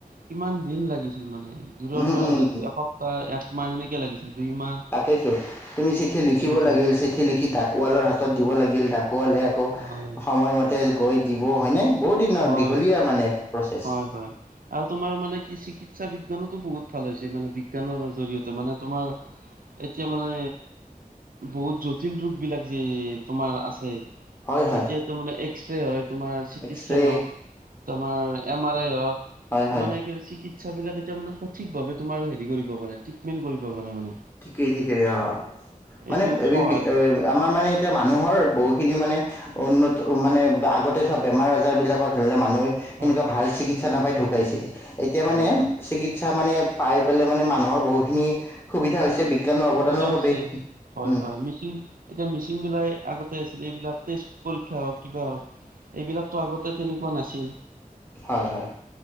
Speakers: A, on the right; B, on the left.
A: কিমান দিন লাগিছিল মানে দূৰৰ
B: উম
A: পৰা
B: উম
A: হলে এসপ্তাহ একমাহ সেনেকে লাগিছিল দুইমাহ
B: তাকেইতো তুমি চিঠি লিখিব
A: তেনেকুৱা
B: লাগিল চিঠি লিখি ডাকুৱালৰ হাতত দিব লাগিল ডাক আকোৱালে আকৌ
A: হয়
B: সময়মতে গৈ দিব হয়নে? বহুত দিনৰ
A: হয়
B: দীঘলীয়া মানে প্ৰচেছ
A: হয় হয় আৰু তোমাৰ মানে কি চিকিৎসা বিজ্ঞানতো বহুত ভাল হৈছে মানে বিজ্ঞানৰ জৰিয়তে মানে তোমাৰ এতিয়া মানে বহুত জটিল ৰূপ বিলাক যে তোমাৰ আছে
B: হয় হয়
A: তেতিয়াটো মানে এক্সৰে হয় তোমাৰ চিকিৎসা
B: এক্সৰে
A: <unintelligible> তোমাৰ এম আৰ আই হওক
B: হয় হয়
A: এই মানে চিকিৎসা বিলাক যে এতিয়া মানে সঠিক ভাৱ তোমাৰ হেৰি কৰিব পাৰে ট্ৰিটমেণ্ট কৰিব পাৰে মানে
B: ঠিকেই ঠিকেই অ মানে
A: এইটো
B: এই
A: হয়
B: আমাৰ মানে এতিয়া মানুহৰ বহুত খিনি মানে উন্নত মানে আগতে চোৱা বেমাৰ আজাৰ বিলাকত মানুহে
A: হয়
B: এনেকুৱা ভাল চিকিৎসা নাপাই ঢুকাইছিলে এতিয়া
A: হয়
B: মানে
A: হয়
B: চিকিৎসা মানে পাই পেলাই মানে মানুহৰ বহুখিনি সুবিধা হৈছে <unintelligible>
A: সুবিধা হৈছে
B: বাবে
A: হয়
B: উম
A: হয় মিচিং এতিয়া মিচিং বিলাই আগতে আছিলে এইবিলাক টেষ্ট পৰীক্ষা হওক কিবা হক এইবিলাকতো আগতে তেনেকুৱা নাছিল
B: হয় হয়